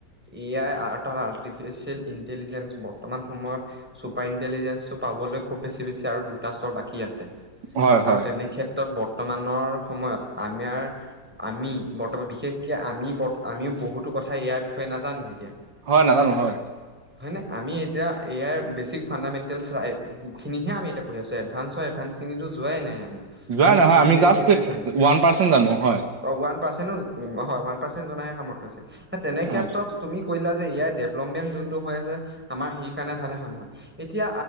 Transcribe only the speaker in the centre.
এ আই <unintelligible> আৰ্টিফিচিয়েল ইণ্টেলিজেঞ্চ বৰ্তমান সময়ত চুপাৰণ্টিজেঞ্চটো পাবলৈ খুব বেছি বেছি আৰু দুটা স্তৰ বাকী আছে
আৰু তেনেক্ষেত্ৰত বৰ বৰ্তমানৰ সময়ত আমাৰ আমি বৰ্তমান বিশেষকৈ আমি ব আমিও বহুতো কথা এয়াইৰ বিষয়ে নাজানো এতিয়া
হয়নে? আমি এতিয়া আইৰ বেচি ফাণ্ডামেণ্টেলছ ৰাট খিনিহে আমি <unintelligible> ছো এডভাঞ্চৰ এডভানঞ্চখিনিতো যোৱাই নাই আমি
মেইন
পিলিমিনাৰী
খিনিহে জানো
অ, ওৱান পাৰচেন্ট <unintelligible> হয়, ওৱান পাৰচেন্ট জনাহে সামৰ্থ হৈছে তেনে ক্ষেত্ৰত
তুমি <unintelligible> দিলা যে এ আইৰ ডেভলপমেন্ট যোনটো হৈ আছে আমাৰ <unintelligible> এতিয়া